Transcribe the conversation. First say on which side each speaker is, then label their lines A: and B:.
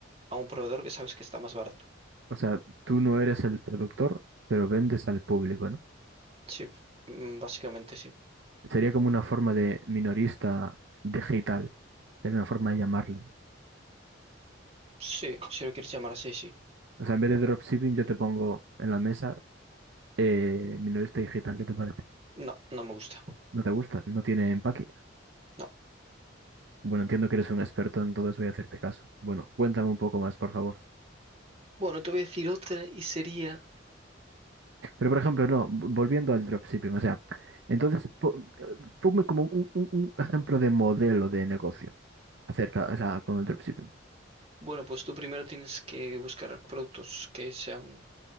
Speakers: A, on the right (about 30°); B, on the right (about 60°).
A: a un proveedor que sabes que está más barato.
B: o sea, tú no eres el productor, pero vendes al público, ¿no?
A: Sí, mm, básicamente sí.
B: Sería como una forma de minorista digital. Sería una forma de llamarle.
A: Sí, si lo quieres llamar así, sí.
B: O sea, en vez de dropshipping, yo te pongo en la mesa eh, minorista digital. ¿Qué te parece?
A: No, no me gusta.
B: ¿No te gusta? ¿No tiene empaque?
A: No.
B: Bueno, entiendo que eres un experto, entonces voy a hacerte caso. Bueno, cuéntame un poco más, por favor.
A: Bueno, te voy a decir otra y sería,
B: Pero, por ejemplo, no, v- volviendo al dropshipping, o sea, entonces, po- eh, ponme como un, un- un ejemplo de modelo de negocio acerca, o sea, con el dropshipping.
A: bueno, pues tú primero tienes que buscar productos que sean,